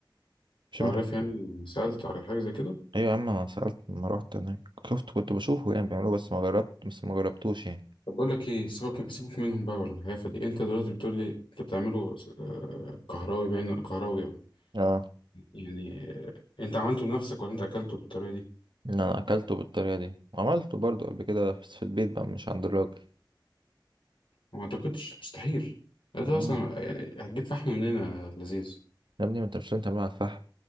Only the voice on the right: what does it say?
مش
ايوه يا عم انا سألت لما روحت هناك شفت كنت بشوفه يعني بيعملوه بس ما جربت بس ما جربتوش يعني
اه
ان انا اكلته بالطريقة دي وعملته برضو قبل كده بس في البيت بقى مش عند الراجل
آه.
يا ابني ما انت مش لازم تعمله على الفحم